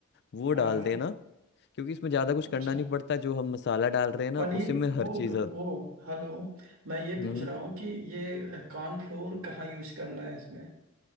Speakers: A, on the left (about 50°); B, on the right (about 70°).
A: वो
B: हाँ
A: डाल
B: हाँ
A: देना क्योंकि इसमें ज्यादा कुछ करना
B: अच्छा
A: नहीं पड़ता जो हम मसाला डाल रहे हैं ना
B: पनीर
A: उसी में हर
B: वो
A: चीज
B: वो हेलो मैं ये
A: हम्म
B: पूछ रहा हूँ कि ये कॉर्नफ्लोर कहाँ यूज करना है इसमें